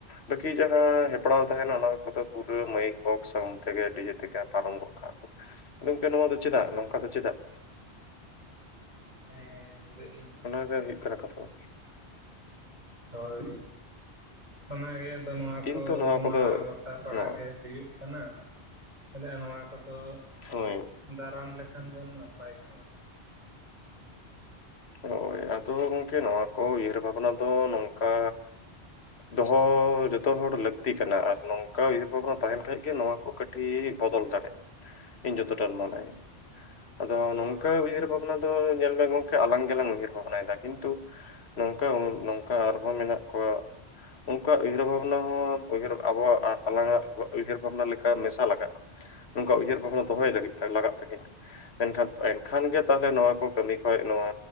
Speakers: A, on the left (about 70°); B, on the right (about 40°).
A: ᱵᱟᱹᱠᱤ ᱡᱟᱦᱟᱸ ᱦᱮᱯᱨᱟᱣ ᱛᱟᱦᱮᱱᱟ ᱚᱱᱟ ᱠᱚᱫᱚ ᱯᱩᱨᱟᱹ ᱢᱟᱹᱭᱤᱠ ᱵᱚᱠᱥ ᱥᱟᱶᱩᱰ ᱛᱮᱜᱮ ᱰᱤᱡᱮ ᱛᱮᱜᱮ ᱯᱟᱨᱚᱢ ᱜᱚᱜ ᱠᱟᱜᱼᱟ ᱠᱚ ᱜᱚᱝᱠᱮ ᱱᱚᱣᱟ ᱫᱚ ᱪᱮᱫᱟᱜ ᱱᱚᱝᱠᱟ ᱫᱚ ᱪᱮᱫᱟᱜ
B: ᱦᱮᱸ ᱞᱟᱹᱭ ᱤᱧ
A: ᱚᱱᱟ ᱜᱮ ᱦᱩᱭᱩᱜ ᱠᱟᱱᱟ ᱠᱟᱛᱷᱟ ᱫᱚ
B: ᱦᱳᱭ ᱚᱱᱟᱜᱮ ᱟᱫᱚ ᱱᱚᱣᱟ
A: ᱤᱧ
B: ᱠᱚᱢᱟ
A: ᱛᱚ ᱱᱚᱣᱟ ᱠᱚᱫᱚ
B: ᱜᱚᱴᱟ ᱯᱟᱲᱟ
A: ᱦᱚᱸ
B: ᱜᱮ ᱦᱩᱭᱩᱜ ᱠᱟᱱᱟ <unintelligible> ᱱᱚᱣᱟ ᱠᱚᱫᱚ
A: ᱦᱳᱭ
B: ᱫᱟᱨᱟᱢ ᱞᱮᱠᱷᱟᱱ ᱵᱚᱱ ᱱᱟᱯᱟᱭ ᱠᱚᱜᱼᱟ
A: ᱦᱳᱭ ᱟᱫᱚ ᱜᱚᱝᱠᱮ ᱱᱚᱣᱟ ᱠᱚ ᱩᱭᱦᱟᱹᱨ ᱵᱷᱟᱵᱽᱱᱟ ᱫᱚ ᱱᱚᱝᱠᱟ ᱫᱚᱦᱚ ᱡᱚᱛᱦᱚᱲ ᱞᱟᱹᱠᱛᱤ ᱠᱟᱱᱟ ᱟᱨ ᱱᱚᱝᱠᱟ ᱩᱭᱦᱟᱹᱨ ᱵᱷᱟᱵᱽᱱᱟ ᱛᱟᱦᱮᱱ ᱠᱷᱟᱡ ᱜᱮ ᱱᱚᱣᱟ ᱠᱚ ᱠᱟᱹᱴᱤᱡ <unintelligible> ᱵᱚᱫᱚᱞ ᱫᱟᱲᱮᱭᱟᱜᱼᱟ ᱤᱧ ᱡᱚᱛᱚᱴᱟᱱ ᱢᱚᱱᱮ ᱟᱫᱚ
B: ᱦᱳᱭ
A: ᱱᱚᱝᱠᱟ ᱩᱭᱦᱟᱹᱨ ᱵᱷᱟᱵᱽᱱᱟ ᱫᱚ ᱧᱮᱞ ᱢᱮ ᱜᱚᱢᱠᱮ ᱟᱞᱟᱝ ᱜᱮᱞᱟᱝ ᱩᱭᱦᱟᱹᱨ ᱵᱷᱟᱵᱽᱱᱟ ᱭᱮᱫᱟ ᱠᱤᱱᱛᱩ ᱱᱚᱝᱠᱟ ᱱᱚᱝᱠᱟ ᱟᱨᱦᱚᱸ ᱢᱮᱱᱟᱜ ᱠᱚᱣᱟ ᱩᱱᱠᱩᱣᱟᱜ ᱩᱭᱦᱟᱹᱨ ᱵᱷᱟᱵᱽᱱᱟ ᱦᱚᱸ ᱩᱭᱦᱟᱹᱨ ᱟᱵᱚᱣᱟᱜ ᱟᱞᱟᱝᱟᱜ ᱩᱭᱦᱟᱹᱨ ᱵᱷᱟᱵᱽᱱᱟ ᱞᱮᱠᱟ ᱢᱮᱥᱟ ᱞᱟᱜᱟᱜᱼᱟ ᱱᱚᱝᱠᱟ ᱩᱭᱦᱟᱹᱨ ᱵᱷᱟᱵᱽᱱᱟ ᱫᱚᱦᱚᱭ ᱞᱟᱹᱜᱤᱫ ᱛᱮ ᱞᱟᱜᱟᱜ ᱛᱟᱹᱠᱤᱱᱟ ᱢᱮᱱᱠᱷᱟᱱ ᱮᱱᱠᱷᱟᱱ ᱜᱮ ᱛᱟᱦᱚᱞᱮ ᱱᱚᱣᱟ ᱠᱚ ᱠᱟᱹᱢᱤ ᱦᱳᱭ ᱱᱚᱣᱟ